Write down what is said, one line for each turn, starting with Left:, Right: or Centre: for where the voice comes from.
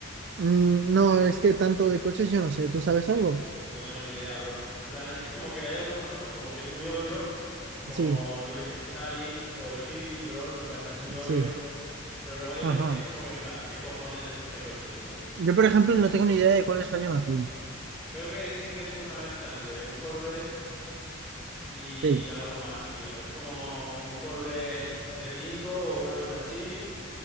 Right: Mm, no, es que tanto de coches yo no sé, ¿tú sabes algo?
Centre: No tengo ni idea, bro. En plan, es que como que hay algunos coches como que es muy obvio, como
Right: Sí,
Centre: yo qué sé, Sally o el Hippie, bro, que en plan es muy obvio.
Right: sí.
Centre: Pero luego hay otros
Right: Ajá.
Centre: que es como que en plan, ¿qué cojones es este coche, tío?
Right: Yo, por ejemplo, no tengo ni idea de cuál es Rayo McQueen.
Centre: Creo que dicen que es como una mezcla entre un Corvette y
Right: Sí,
Centre: algo más, tío. Es como un Corvette c cinco o una cosa así.